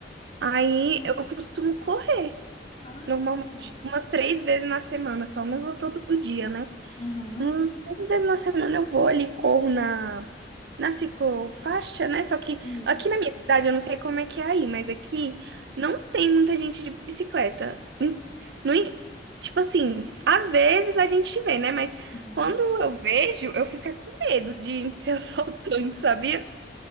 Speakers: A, on the right (about 65°); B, on the left (about 35°).
A: Aí eu costumo correr,
B: Ai,
A: normalmente,
B: amiga.
A: umas três vezes na semana, só não vou todo dia, né?
B: Uhum.
A: Hum, Três vezes na semana eu vou ali, corro na, na ciclofaixa, né? Só que
B: Isso.
A: aqui na minha cidade, eu não sei como é que é aí, mas aqui não tem muita gente de bicicleta. Em- No, en- tipo assim, às vezes a gente vê, né? Mas
B: Uhum.
A: quando eu vejo, eu fico é com medo de ser <laughs> assaltante, sabia?